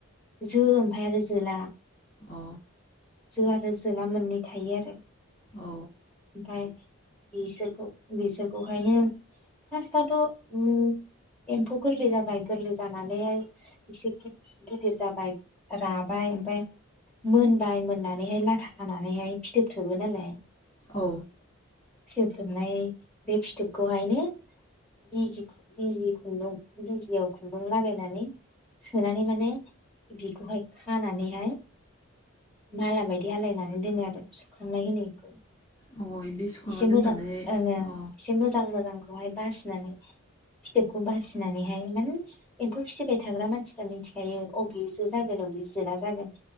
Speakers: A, in the centre; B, on the left (about 25°).
A: जो ओमफ्राय आरो जोला।
B: अ
A: जो आरो जोला मोननै थायो आरो।
B: औ
A: <unintelligible> बिसोरखौ बिसोरखौहाय फार्सटआवथ' ओम एमफौ गोरलै जाबाय गोरलै जानानै इसे गिदिर जाबाय राबाय ओमफ्राय मोनबाय मोननानैहाय लाथा खानानैहाय फिथोब थोबो नालाय।
B: औ
A: फिथोबथोबनाय बे फिथोबखौहायनो बिजि -बिजि खुन्दुं बिजियाव खुन्दुं लागायनानै सोनानै माने बिखौहाय खानानैहाय माला बायदि आलायनानै दोनो आरो सुखांनाय होनो बेखौ।
B: औ अ बे सुखांना
A: एसे
B: दोननानै
A: मोजां ओङो
B: अ
A: एसे मोजां मोजांखौहाय बासिनानै फिथोबखौ बासिनानैहाय माने एम्फौ फिसिबाय थाग्रा मानसिफ्रा मिथिखायो अबे जो जागोन अबे जोला जागोन।